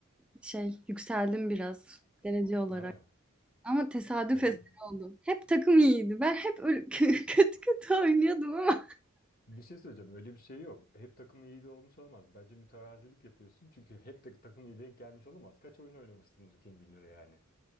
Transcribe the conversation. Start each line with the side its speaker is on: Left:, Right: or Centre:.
Centre: şey yükseldim biraz derece olarak.
Left: Ha,
Centre: Ama tesadüf
Left: öyle
Centre: eseri
Left: mi?
Centre: oldu. Hep takım iyiydi. Ben hep öyle <laughs> kötü kötü oynuyordum ama.
Left: Bir şey söyleyeceğim. Öyle bir şey yok. Hep takım iyi de olmuş olamaz. Bence mütevazilik yapıyorsun. Çünkü hep de takım iyi denk gelmiş olamaz. Kaç oyun oynamışsındır kim bilir yani.